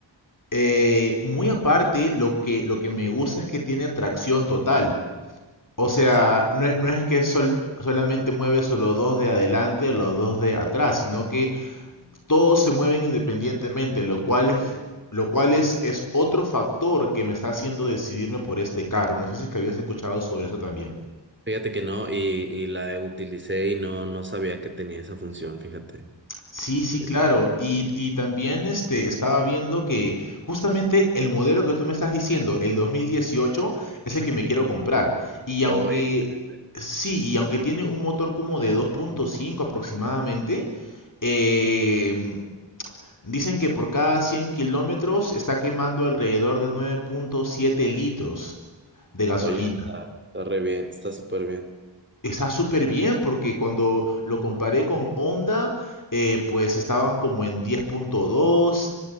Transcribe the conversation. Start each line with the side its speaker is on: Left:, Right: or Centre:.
Left: Eh, muy aparte, lo que, lo que me gusta es que tiene tracción total. O
Right: Oh,
Left: sea, no, es no es que sol- solamente mueves los dos de adelante o los dos de atrás, sino que todos se mueven independientemente, lo cual es, fu- lo cual es, es otro factor que me está haciendo decidirme por este carro. No sé si es que habías escuchado sobre eso también.
Right: Fíjate que no, y, y la utilicé y no, no sabía que tenía esa función, fíjate.
Left: Sí, sí,
Right: Eh,
Left: claro. Y, y también este, estaba viendo que justamente el modelo que tú me estás diciendo, el 2018, es el que me quiero comprar. Y aunque,
Right: Oye, tela.
Left: sí, y aunque tiene un motor como de 2.5 aproximadamente, em, Dicen que por cada 100 kilómetros está quemando alrededor de 9.7 litros de gasolina.
Right: oye, está, está re bien, está súper bien.
Left: Está súper bien porque cuando lo comparé con Honda, eh, pues estaban como en 10.2,